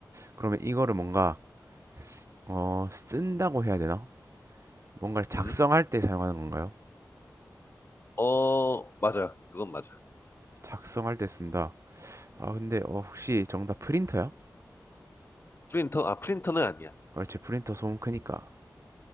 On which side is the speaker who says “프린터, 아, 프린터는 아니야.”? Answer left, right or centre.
Left